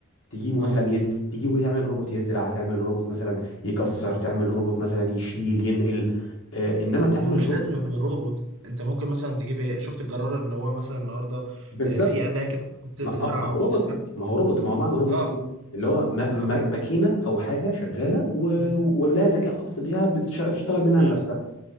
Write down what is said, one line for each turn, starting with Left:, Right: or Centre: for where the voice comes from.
Left: تجيبه
Right: اه
Left: مثلا يز... تجيبه تعمل روبوت يزرع تعمل روبوت مثلا يكسر تعمل روبوت مثلا يشيل ينقل آه انما تعمل
Right: هو مش
Left: رو...
Right: لازم يبقى روبوت انت ممكن مثلا تجيب ايه شفت الجرار ان هو مثلا النهارده
Left: بالظبط
Right: آه، في اداة كده بتزرع
Left: ما... ما ما هو
Right: وتبتاع
Left: روبوت ما هو روبوت ما هو معنى روبوت
Right: اه
Left: ايه اللي هو ما... ما...
Right: اه اه
Left: ماكينه او حاجه شغاله و...
Right: مم.
Left: ولها ذكاء خاص بيها بتشتغل منها
Right: اه
Left: لنفسها